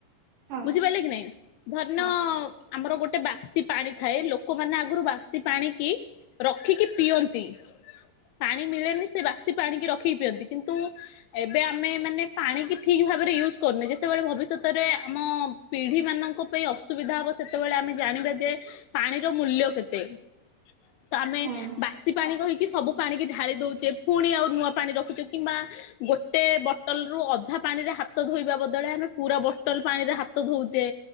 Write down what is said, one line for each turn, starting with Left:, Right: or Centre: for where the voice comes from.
Right: ହଁ
Left: ବୁଝିପାଇଲେ କି ନାଇଁ ଧରିନିଅ
Right: ହଁ
Left: ଆମର ଗୋଟେ ବାସି ପାଣି ଥାଏ। ଲୋକମାନେ ଆଗରୁ ବାସି ପାଣି କି ରଖିକି ପିଅନ୍ତି। ପାଣି ମିଳେନି। ସେ ବାସି ପାଣିକି ରଖିକି ପିଅନ୍ତି କିନ୍ତୁ ଏବେ ଆମେ ମାନେ ପାଣି କିି ଠିକ୍ ଭାବରେ ୟୁଜ୍ କରୁନେ, ଯେତେବେଳେ ଭବିଷ୍ୟତରେ ଆମ ପିଢିମାନଙ୍କ ପାଇଁ ଅସୁବିଧା ହବ। ସେତେବେଳେ ଆମେ ଜାଣିବା ଯେ ପାଣିର ମୂଲ୍ୟ କେତେ? ତ, ଆମେ
Right: ହଁ
Left: ବାସ୍ ବାସି ପାଣି କହିକି ସବୁ ପାଣିକି ଢାଳି ଦେଉଚେ। ପୁଣି ଆଉ ନୂଆ ପାଣି ରଖୁଛେ କିମ୍ବା ଗୋଟେ ବଟଲରୁ ଅଧା ପାଣିରେ ହାତ ଧୋଇବା ବଦଳରେ ଆମେ ପୁରା ବଟଲ ପାଣିରେ ହାତ ଧୋଉଚେ।